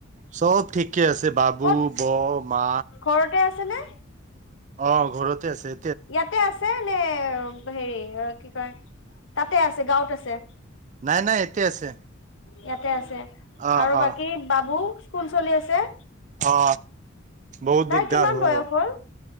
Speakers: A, on the right; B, on the left.
A: চব ঠিকে আছে বাবু,
B: ক'ত
A: বৌ, মা
B: ঘৰতে আছে। আছে নে?
A: অ ঘৰতে আছে।
B: ইয়াতে আছে নে হেৰি অ কি কয়? তাতে আছে, গাঁৱত আছে।
A: নাই নাই ইয়াতে আছে।
B: ইয়াতে আছে।
A: অ
B: আৰু
A: অ
B: বাকী বাবু স্কুল চলি আছে।
A: অ বহুত
B: তাৰ
A: দিকদাৰ
B: কিমান
A: হয়
B: বয়স
A: অ।
B: হ'ল